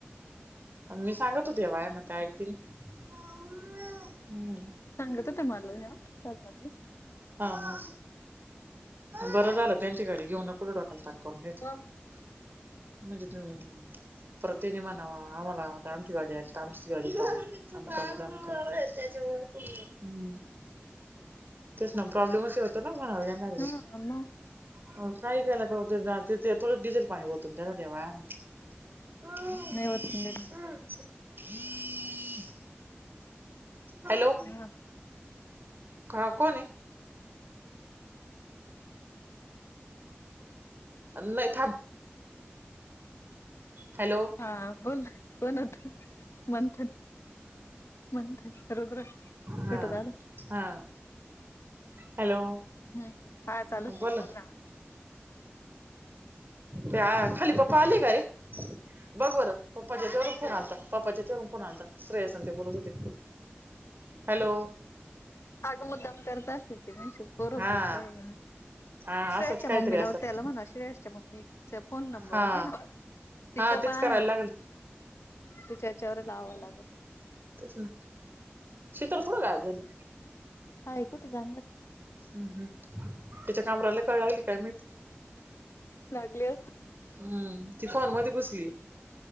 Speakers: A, on the right; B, on the left.
A: मी सांगत होते वयाने काय ऐकतील. हम्म.
B: सांगत होत्या मला ह्या साधना ताई.
A: हा हा. बरं झालं त्यांची गाडी घेऊन <unintelligible> तान करून घ्याच.
B: मग?
A: म्हणजे ते. प्रतिनिमणावा आम्हाला आता आमची गाडी आली तर आमचीच गाडी <unintelligible> हम्म तेच ना प्रॉब्लेमच होतो ना म्हणा येणार.
B: हा मग
A: काही <unintelligible> ते थोडं डिझेल पाणी होतून त्याला द्यावा. <inaudible>
B: नाही वचन दिलं
A: हॅलो.
B: हा.
A: हा कोण हाय? नाही थांब. हॅलो
B: हा बोल कोण होत म्हणतान. म्हणत रुद्र छुटून
A: हा
B: आलं.
A: हा हॅलो,
B: हम्म हम्म हा चालूच
A: बोला.
B: आहे बोल ना.
A: ते खाली पप्पा आले का रे. बघ बरं. पप्पाच्या हेज्यावररून फोन आलता पप्पाच्या हेज्याचवरून फोन आलता श्रेयस आण ते बोलत होते. हॅलो.
B: अगं मुद्दाम करत असेल ते म्हणशील पोरं
A: हा.
B: बोलताय.
A: हा
B: श्रेयासच्या
A: आसच कायतरी
B: मम्मीला
A: आसल
B: त्याला म्हणा श्रेयासच्या मम्मीचा फोन नंबर
A: हा.
B: घे ना. तिच्या
A: हा तेच
B: पण आहे
A: करायला
B: हम्म
A: लागल.
B: तिच्या याच्यावर लावावं लागल.
A: तेच ना शितल कूट गायब झाली?
B: हाय कुठे जाणार
A: हम् हम् तिच्या कामराला कळ लागली काय माईत.
B: लागली हा
A: हम्म ती फोन मध्ये घुसली.